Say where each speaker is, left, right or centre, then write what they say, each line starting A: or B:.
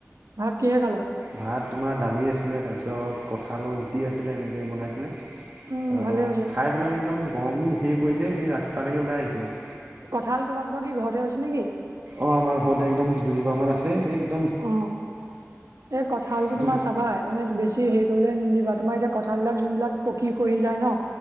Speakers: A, on the right (about 75°); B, on the right (about 40°).
A: ভাত কিহেৰে খালা।
B: ভাত তোমাৰ দালি আছিলে, তাৰপিছত কঁঠালৰ গুটি আছিলে এনেকে বনাইছিলে।
A: উম
B: তাৰপা
A: ভালে হৈছে।
B: খাই পেলাই একদম গৰমো ধেই পৰিছে এই ৰাস্তালৈকে ওলাই আহিছো আৰু।
A: কঁঠাল তোমালোকৰ কি ঘৰতে হৈছে নেকি।
B: অ আমাৰ ঘৰতে একদম দুজোপামান আছে এ।
A: অ, এই কঁঠালতটো
B: বাৰু
A: তোমাৰ চাবাই মানে বেছি। ত হেৰি কৰিবলৈ নিদিবা তোমাৰ এতিয়া কঁঠালবিলাক যোনবিলাক পকী সৰি যায় ন।